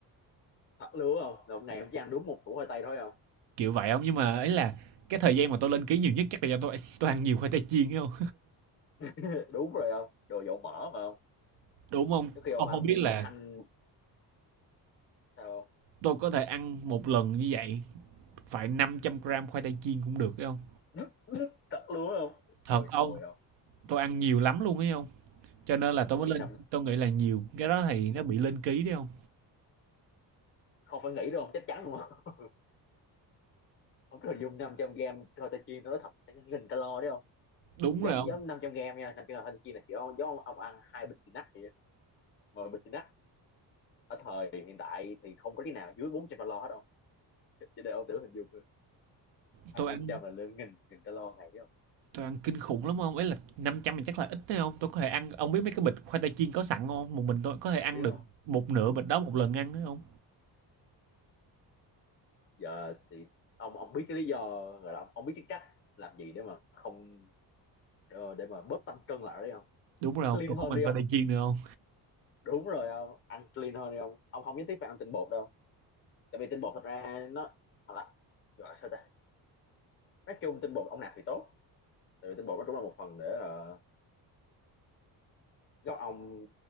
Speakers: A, on the left; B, on the right.
A: thật luôn không là một ngày ông chỉ ăn đúng một củ khoai tây thôi không
B: kiểu vậy không nhưng mà ấy là cái thời gian mà tôi lên ký nhiều nhất chắc là do tôi tôi ăn nhiều khoai tây chiên không
A: <laughs> đúng rồi không đồ dầu mỡ mà không
B: <laughs> đúng không
A: trước khi ông
B: ông
A: ăn
B: không biết là
A: một thanh sao
B: tôi có thể ăn một lần như vậy phải 500 gram khoai tây chiên cũng được ấy không
A: <laughs> cất luôn á không
B: thật
A: thôi
B: ông
A: tôi không
B: tôi ăn nhiều lắm luôn ấy không cho nên là tôi
A: tôi
B: mới
A: nghĩ
B: lên
A: năm
B: tôi nghĩ là nhiều cái đó thì nó bị lên ký đấy không
A: không phải nghĩ đâu không chắc chắn luôn không không rồi dùng 500 gram thôi ta chiên nó thật nghìn calo đấy không
B: đúng rồi
A: giống
B: không?
A: giống 500 gram nha 500 gram thôi ta chiên là chỉ ông, giống ông, ông ăn hai bịch xì nắc vậy á. mà bịch xì nắc ở thời hiện tại thì không có cái nào dưới 400 calo hết đâu <laughs> cho nên ông thử hình dung
B: tôi
A: ăn 500
B: ăn
A: là lên nghìn nghìn calo ngày đấy không
B: tôi ăn kinh khủng lắm không ấy là 500 thì chắc là ít đấy không tôi có thể ăn ông biết mấy cái bịch khoai tây chiên có sẵn không một mình tôi có thể ăn
A: biết
B: được
A: không
B: một nửa bịch đó một lần ăn đấy không
A: giờ thì ông ông biết cái lý do gọi là ông, ông biết cái cách làm gì để mà không ờ, để mà bớt tăng cân lại đi không
B: Đúng rồi
A: Ăn clean
B: không Tôi
A: hơn
B: không mình
A: đi không
B: phải đi chiên nữa không
A: đúng rồi không ăn clean hơn đi không ông không nhất thiết phải ăn tinh bột đâu tại vì tinh bột thật ra nó thật là gọi sao ta nói chung tinh bột ông nạp thì tốt tại vì tinh bột nó cũng là một phần để ờ, góp ông